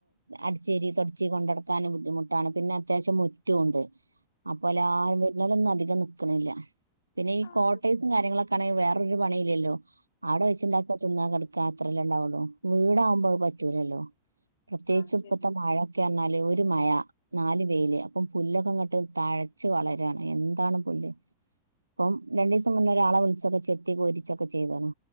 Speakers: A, on the right; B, on the left.
A: അടിച്ചേരി തുടച്ച് കൊണ്ടടക്കാൻ ബുദ്ധിമുട്ടാണ് പിന്നെ അത്യാവശ്യം മുറ്റോ ഉണ്ട്. അപ്പോലെ ആ വരുന്നരൊന്നും അധികം നിക്കണില്ല, പിന്നെ ഈ
B: ആഹ്
A: കോട്ടേഴ്‌സും കാര്യങ്ങളൊക്കെ ക്കാണെ വേറൊരു പണില്ല്യല്ലോ അവിടെ വെച്ചുണ്ടാക്ക തിന്നാ കിട ക്കാത്രല്ലേ ഉണ്ടാവള്ളൂ വീടാകുമ്പോ അതു പറ്റൂലല്ലോ പ്രത്യേകിച്ചും
B: ആഹ് ശരി
A: ഇപ്പത്തെ മഴ ക്കെ ന്നാല് ഒരു മഴ നാല് വെയില് അപ്പം പുല്ലൊക്കെങ്ങട്ട് തഴച്ച് വളര്വാണ്. എന്താണ് പുല്ല് ഇപ്പം രണ്ടു ദിവസം മുന്നേ ഒരാളെ വിളിച്ചൊക്കെ ചെത്തി കോരിച്ചൊക്കെ ചെയ്താണ്